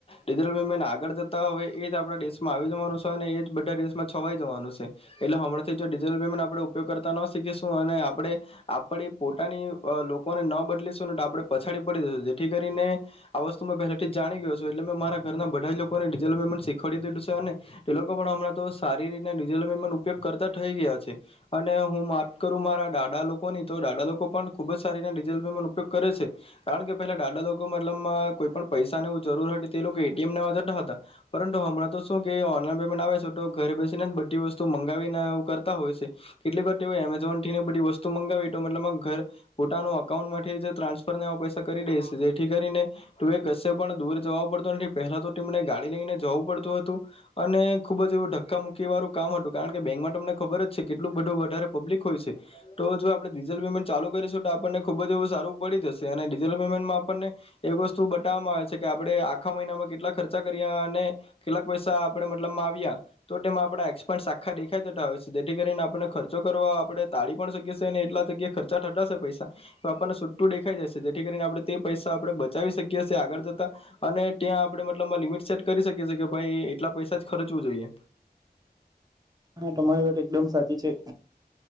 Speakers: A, on the left; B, on the right.
A: ડિજિટલ પેમેન્ટ આગળ જતાં હવે, એ જ આપણા દેશમાં આવી જવાનું છે, અને એ જ બધા દેશમાં છવાઈ જવાનું છે, એટલે હમણાંથી ડિજિટલ પેમેન્ટ આપણે ઉપયોગ કરતા ન શીખીશું અને આપડે આપડી પોતાની લોકોને ન બદલીશું ને આપે પછાડી પડી દઈશું. જેથી કરીને આ વસ્તુ પહેલાથી જ જાણી ગયો છું, એટલે મેં મારા ઘરના બધા જ લોકો ને ડિજિટલ પેમેન્ટ શીખવાડી દીધું છે. અને એ લોકો પણ હમણાં તો સારી ડીજિટલ પેમેન્ટ ઉપયોગ કરતા થઈ ગયા છે. અને હું માક કરું મારા દાદા લોકો ની તો દાદા લોકો પણ ખુબ જ સારીને ડિજટલ પેમેન્ટ ઉપયોગ કરે છે. કારણ કે પહેલા દાદા લોકો મતલબમાં કોઈ પણ પૈસાને એવું જરૂર હતી, તે લોકો એટીએમ નવા જતા હતા, પરંતુ હમણાં તો શું કે ઓનલાઈન પેમેન્ટ આવે છે. તો ઘરે બેસીને જ બધી વસ્તુ મંગાવીને એ કરતા હોય છે, કેટલીક વાર તેઓ એમેઝોન થી બધી વસ્તુ મંગાવી મતલબ ઘર પોતાનું અકાઉન્ટ માટે ટ્રાન્સફર ને એવા પૈસા કરી દે છે જેથી કરીને તું એ કશે પણ દૂર જવાું પડતું નથી પહેલા તો તને ગાડી લઈને જવું પડતું હતું, અને ખુબ જ એવું ધક્કા મૂકી વાળું કામ હતું કારણ કે બેંકમાં તમને ખબર જ છે, કેટલુંક બધું વધારે પબ્લિક હોય. છે તો જો આપણે ડિજિટલ પેમેન્ટ ચાલુ કરીશું, તો આપણને ખુબ જ એવું સારું પડી જશે, અને ડિજિટલ પેમેન્ટમાં આપણને એવી વસ્તુ બતાવવામાં આવે છે કે આપણે આખા મહિનામાં કેટલા ખર્ચા કર્યા અને કેટલાક પૈસા આપણે મતલબ માં આવ્યા, તો તેમાં આપણા એક્સપસ આખા દેખાઈ જતા હોય છે જેથી કરીને આપણને ખર્ચો કરવા આપણે તાળી પણ શકીએ અને એટલા જગ્યા ખર્ચા થતાં પૈસા આપણને સીધુ દેખાઈ જશે, જેથી કરીને આપણે તે પૈસા આપણે બચાવી શકીએ છીએ આગળ જતા. અને ત્યાં આપણે મતલબ લિમિટ સેટ કરી શકીએ કે ભાઈ, એટલા પૈસા જ ખર્ચવું જોઈએ.
B: હા, તમારી વાત એકદમ સાચી છે.